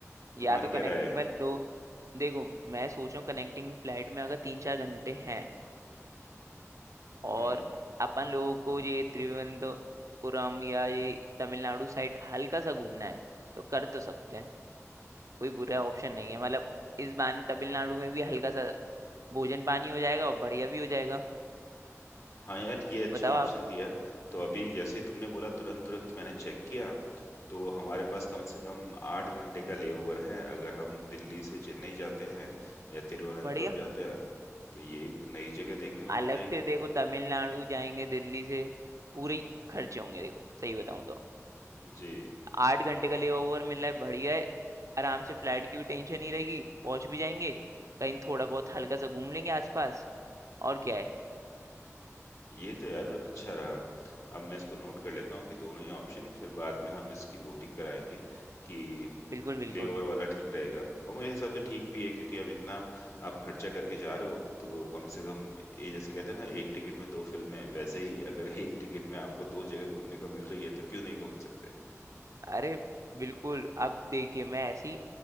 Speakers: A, on the right (about 75°); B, on the left (about 60°).
A: या
B: तुम्हारी
A: तो कनेक्टिंग
B: क्या राय है
A: फ्लाइट दो देखो मैं सोच रहा हूँ कनेक्टिंग फ्लाइट में अगर तीन चार घंटे हैं और
B: हम्म
A: अपन लोगों को ये त्रिवेंद्रपुरम या ये तमिलनाडु साइड हल्का सा घूमना है तो कर तो सकते हैं कोई बुरा ऑप्शन नहीं है मतलब इस बार तमिलनाडु में भी हल्का सा भोजन पानी हो जाएगा और बढ़िया भी हो जाएगा
B: हाँ यार ये अच्छा
A: बताओ
B: ऑप्शन
A: आप
B: दिया तो अभी जैसे ही तुमने बोला तुरंत तुरंत मैंने चेक किया तो हमारे पास कम से कम 8 घंटे का लेओवर है अगर हम दिल्ली से चेन्नई जाते हैं या तिरुवनंतपुरम
A: बढ़िया
B: जाते हैं तो ये एक नई जगह देखने को
A: अलग
B: मिल जाएगी
A: से देखो तमिलनाडु जाएंगे दिल्ली से पूरे ही खर्चे होंगे देखो सही बताऊं तो
B: जी
A: आठ घंटे का लेबर ओवर मिल रहा है बढ़िया है आराम से फ्लाइट की भी टेंशन नहीं रहेगी पहुंच भी जाएंगे कहीं थोड़ा बहुत हल्का सा घूम लेंगे आसपास और क्या है
B: ये तो यार अच्छा रहा अब मैं इसको नोट कर लेता हूँ कि दोनों ही ऑप्शन फिर बाद में हम इसकी वोटिंग कराएंगे कि
A: बिल्कुल बिल्कुल
B: लेओवर वाला ठीक रहेगा और मेरे हिसाब से ठीक भी है क्योंकि अब इतना आप खर्चा करके जा रहे हो तो कम से कम ये जैसे कहते हैं ना एक टिकट में दो फिल्में वैसे ही अगर एक टिकट में आपको दो जगह घूमने को मिल रही है तो क्यों नहीं घूम सकते
A: अरे बिल्कुल अब देखिए मैं ऐसी